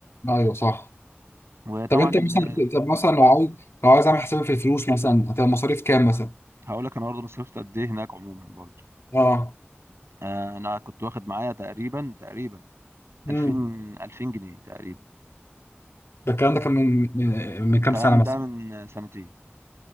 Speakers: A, on the left; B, on the right.
A: ايوه صح
B: وطبعا
A: طب انت مثلا
B: ال...
A: طب مثلا لو عاوز لو عايز اعمل حسابي في الفلوس مثلا هتبقى مصاريف كام مثلا
B: هقول لك انا برضه أنا صرفت قد ايه هناك عموما برضه
A: اه
B: آه، انا كنت واخد معايا تقريبا تقريبا 2000
A: امم
B: 2000 جنيه تقريبا
A: ده الكلام ده كان من من من
B: الكلام
A: كام سنه مثلا
B: ده من سنتين